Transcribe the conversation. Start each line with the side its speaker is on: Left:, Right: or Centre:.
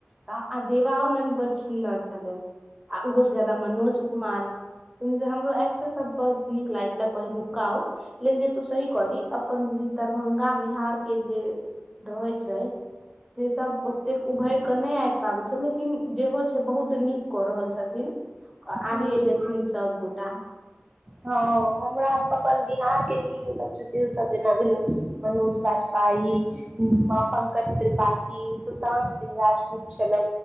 Centre: त आ देवाओनंद बड सुन्दर छलल आ ओहो से जाय्दा मनोज कुमार हमरो एक्टर सब नीक लागै छले पहिलुक्का ओ लेकिन जे तू सही कऽ दी अपन दरभंगा बिहार के जे रहै छै से सब ओतेक उभरि कऽ नहि आबि पाबै छै लेकिन जेहो छै बहुत नीक कऽ रहल छथिन
Right: हूँ
Centre: आगे जेथिन सबगोटा
Right: हँ हमरा अपन बिहार के जे हीरो सब से सब जेना भेल मनोज बाजपा प त्रिपाठी सुशानत सिंह राजपूत छल